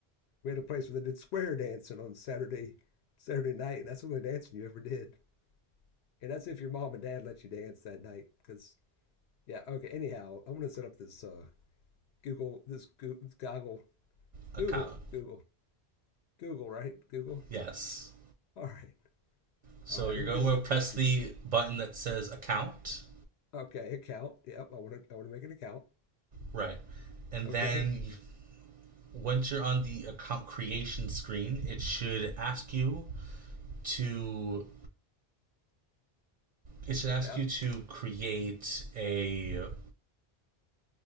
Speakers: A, on the left (about 80°); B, on the right (about 50°).
A: we had a place where they did square dancing on Saturday Saturday night. That's the only dancing you ever did, and that's if your mom and dad let you dance that night. Because yeah, okay. Anyhow, I'm gonna set up this uh, Google this Goo- goggle
B: account.
A: Google, Google, Google, right? Google.
B: Yes.
A: All right.
B: So
A: All right.
B: you're
A: Let
B: going
A: me get up
B: to
A: that
B: press
A: fancy
B: the
A: Google.
B: button that says account.
A: Okay, account. Yep. I want to I want to make an account.
B: Right. And
A: Okay.
B: then you- Once you're on the account creation screen, it should ask you to it should ask
A: Yeah.
B: you to create a